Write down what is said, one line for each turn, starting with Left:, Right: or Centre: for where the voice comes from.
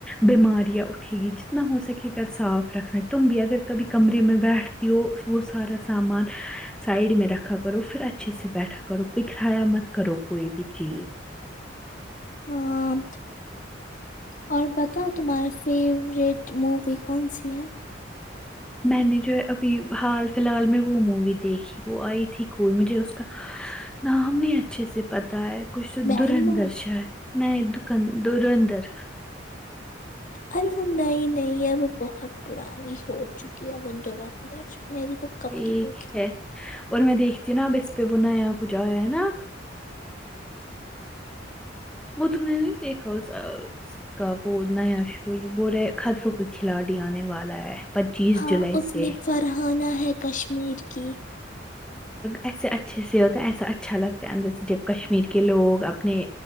Centre: بیماری ہے ٹھیک جتنا ہو سکے گھر صاف رکھنا ہے تم بھی اگر کبھی کمرے میں بیٹھتی ہو وہ سارا سامان سائڈ میں رکھا کرو پھر اچھے سے بیٹھا کرو بکھرایا مت کرو کوئی بھی چیز
Left: ہاں اور بتاؤ تمہارا فیوریٹ مووی کون سی ہے
Centre: میں نے جو ہے ابھی حال فی الحال میں وہ مووی دیکھی وہ آئی تھی کوئی مجھے اس کا نام نی اچھے سے پتا تا ہے کوئی سندرندر
Left: بہن ماں
Centre: شاہ ہے نہیں دکن دورندر
Left: ارے وہ نئی نئی ہے وہ بہت پرانی ہو چکی ہے وہ دورندر میری تو کب
Centre: ٹھیک
Left: کی دیکھی
Centre: ہے اور میں دیکھتی ہوں نا اب اس پہ وہ نیا کچھ آیا ہے نا وہ تم نے نہیں دیکھا <unintelligible> اس کا وہ نیا ش بورے خطروں کے کھلاڑی آنے والا ہے پچیس
Left: ہاں
Centre: جولائی
Left: اس
Centre: سے
Left: میں فرحانہ ہے کشمیر کی
Centre: ایسے اچھے سے ہوتا ہے ایسا اچھا لگتا ہے اندر سے جب کشمیر کے لوگ اپنے